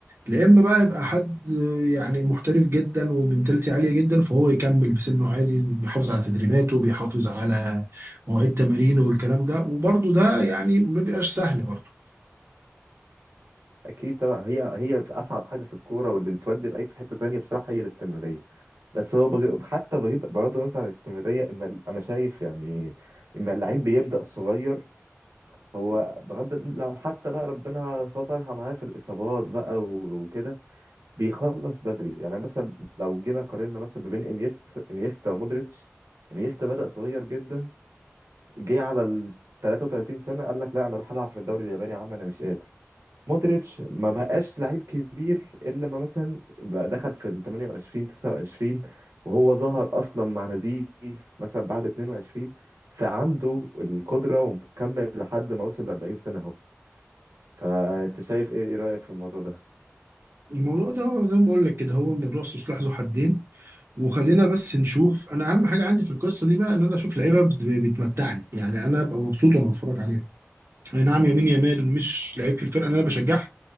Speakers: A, on the right; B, on the right.
A: يا اما بقى يبقى حد يعني محترف جدا ومنتاليتي عاليه جدا فهو يكمل بسنه عادي بيحافظ على تدريباته بيحافظ على مواعيد تمارينه والكلام ده وبرده ده يعني ما بيبقاش سهل برده
B: اكيد طبعا هي هي في اصعب حاجه في الكوره واللي بتودي اي في حته تانية بصراحه هي الاستمراريه بس هو بغ... حتى بغض بغض النظر عن الاستمراريه اما ال- انا شايف يعني اما اللعيب بيبدا صغير هو بغض لو حتى بقى ربنا سترها معاه في الاصابات بقى و- وكده بيخلص بدري يعني مثلا لو جينا قارنا مثلا ما بين انيست انيستا ومودريتش انيستا بدا صغير جدا جه على ال 33 سنه قال لك لا انا اروح العب في الدوري الياباني يا عم انا مش قادر مودريتش ما بقاش لعيب كبير الا لما مثلا بقى دخل في ال 28 29 وهو ظهر اصلا مع ناديه مثلا بعد 22 فعنده القدره ومكمل لحد ما وصل ل 40 سنه اهو فانت شايف ايه إيه رايك في الموضوع ده
A: الموضوع ده هو زي ما بقول لك كده هو موضوع سلاح ذو حدين وخلينا بس نشوف انا اهم حاجه عندي في القصه دي بقى ان انا اشوف لعيبه بت- بتمتعني يعني انا ابقى مبسوط وانا بتفرج عليها اي نعم يمين يامال مش لعيب في الفرقه اللي انا بشجعها